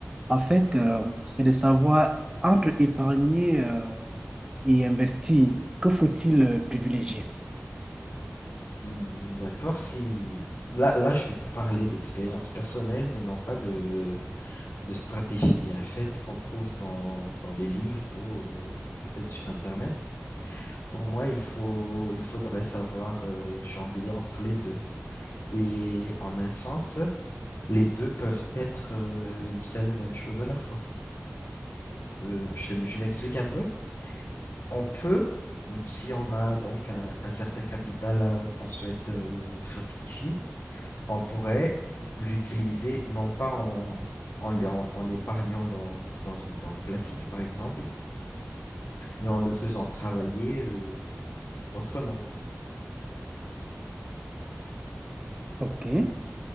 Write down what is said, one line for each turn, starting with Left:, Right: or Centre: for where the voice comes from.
Right: En fait, euh, c'est de savoir entre épargner euh, et investir, que faut-il euh, privilégier?
Left: Hmm, D'accord, si là, là, je vais te parler d'expérience personnelle, mais non pas de, de stratégie bien faite qu'on trouve dans, dans les livres ou peut-être sur Internet. Pour moi, il faut, il faudrait savoir euh, jongler entre les deux. Et en un sens, les deux peuvent être euh, une seule et même chose à la fois. Euh, je, m- je m'explique un peu. On peut, euh, si on a donc un, un certain capital à- qu'on souhaite euh, fructifier, on pourrait l'utiliser non pas en, en, l- en- en épargnant dans, dans une banque classique, par exemple, mais en le faisant travailler euh, autrement.
Right: OK.